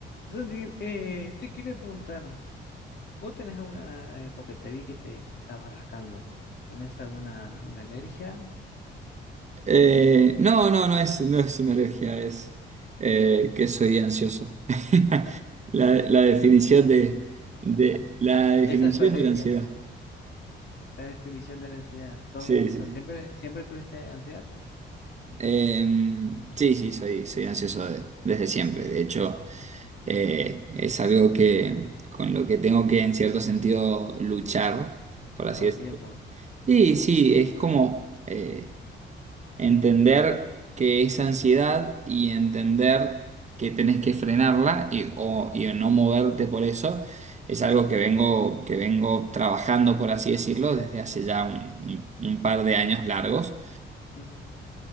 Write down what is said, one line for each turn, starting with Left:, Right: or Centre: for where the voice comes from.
Left: Santi, eh, te quería preguntar, ¿vos tenés alguna, eh, porque te vi que te que estabas rascando, ¿tenés alguna una alergia?
Right: Eh, no, no, no es, no es una alergia, es eh, que soy ansioso. <laughs> La, la definición de, de- la definición
Left: Esa es tu alergia,
Right: de la ansiedad.
Left: la definición de la ansiedad. Sos-
Right: Sí,
Left: o
Right: sí,
Left: sea,
Right: sí.
Left: siempre, siempre tuviste ansiedad
Right: Eh, sí, sí, soy, soy ansioso de- desde siempre. De hecho, eh, es algo que con lo que tengo que en cierto sentido luchar, por así
Left: todo
Right: decirlo.
Left: el tiempo.
Right: Sí, sí, es como eh, entender que es ansiedad y entender que tenés que frenarla y, o, y no moverte por eso es algo que vengo, que vengo trabajando, por así decirlo, desde hace ya un, un- un par de años largos,
Left: Ujú.